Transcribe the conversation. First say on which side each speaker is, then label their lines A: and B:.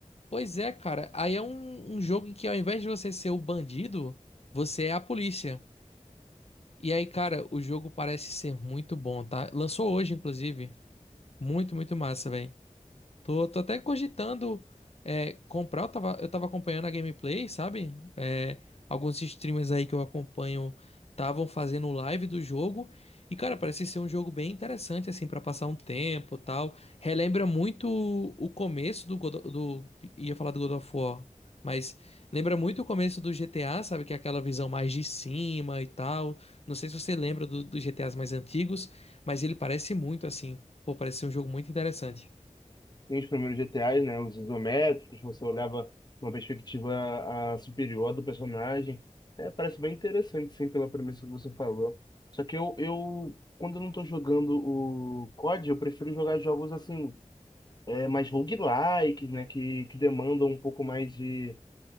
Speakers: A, on the left; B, on the left.
A: Pois é, cara. Aí é um, um jogo em que ao invés de você ser o bandido, você é a polícia. E aí, cara, o jogo parece ser muito bom, tá? Lançou hoje, inclusive. Muito, muito massa, velho. Tô, tô até cogitando é, comprar. Eu tava, eu tava acompanhando a gameplay, sabe? É, alguns streamers aí que eu acompanho estavam fazendo live do jogo. E, cara, parece ser um jogo bem interessante, assim, pra passar um tempo e tal. Relembra muito o o começo do, God, o- do. Ia falar do God of War, mas lembra muito o começo do GTA, sabe? Que é aquela visão mais de cima e tal. Não sei se você lembra do- dos GTAs mais antigos, mas ele parece muito, assim. Pô, parece ser um jogo muito interessante.
B: tem os primeiros GTAs, né? Os isométricos, você olhava uma perspectiva a, superior do personagem. É, parece bem interessante, sim, pela premissa que você falou. Só que eu, eu quando eu não tô jogando o COD, eu prefiro jogar jogos assim, é, mais roguelikes, né? Que, que demandam um pouco mais de